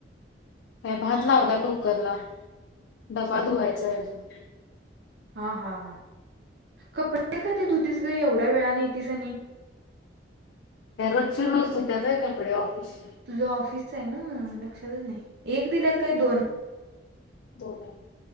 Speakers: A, on the left; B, on the right.
A: <unintelligible> भात लावला कुकर ला, डबा धुवायचा अजून.
B: हा हा हा कपडे कधी धुतीस ग एवढ्या वेळाने येेतस, आणि
A: त्या रोजच्या रोज धुत्यात होय, कपडे ऑफिस.
B: तुझा ऑफिसच आहे ना लक्षातच नाही एक दिल्यात, काय दोन?
A: दोन हायत.